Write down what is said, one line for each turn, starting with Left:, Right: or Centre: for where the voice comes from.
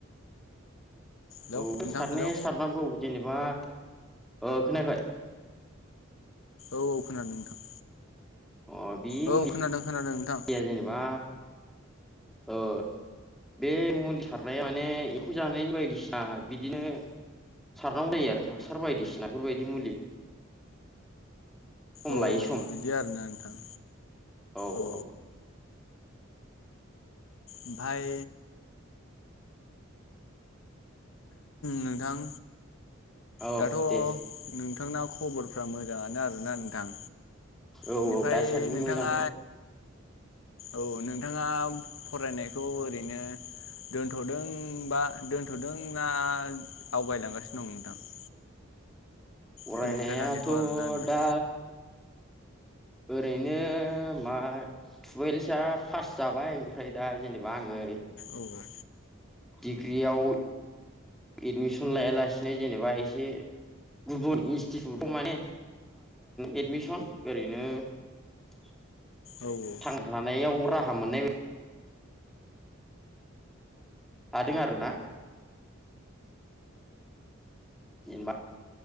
Left: हेलौ
Centre: औ
Left: नोंथां
Centre: सारनाया
Left: हेलौ
Centre: सारनांगौ जेनेबा। ओ खोनायाखै?
Left: औ-औ खोनादों नोंथां।
Centre: अ' बे
Left: औ
Centre: मुलि
Left: खोनादों खोनादों नोंथां।
Centre: जेनेबा ओ। बे मुलि सारनाया माने एम्फौ जानायनि बायदिसिना बिदिनो सारनांगौ जायो आरो हासार बायदिसिनाफोरबायदि मुलि। सम
Left: अ'
Centre: लायै सम
Left: बिदि आरोना नोंथां
Centre: औ
Left: अ'।
Centre: औ
Left: ओमफाय। नोंथां
Centre: औ
Left: दाथ' नोंथांना
Centre: दे
Left: खबरफ्रा मोजाङानो आरोना नोंथां?
Centre: औ-औ
Left: बेनिफ्राय
Centre: दासान्दि
Left: नोंथाङा
Centre: मोजांथ'।
Left: औ नोंथाङा फरायनायखौ ओरैनो। दोनथ'दों बा दोनथ'दों ना आवगायलांगासिनो दं नोंथां?
Centre: फरायनायाथ'
Left: सोलोंथाइ लानायखौ आरोना नोंथां।
Centre: दा ओरैनो मा टुवेलसआ पास जाबाय ओमफ्राय दा जेनेबा आङो
Left: औ-औ।
Centre: डिग्रियाव एडमिसन लायालासिनो जेनेबा एसे <unintelligible> एडमिसन ओरैनो <unintelligible>
Left: औ-औ।
Centre: थांना थानायाव राहा मोननाय हादों आरो ना। जेनेबा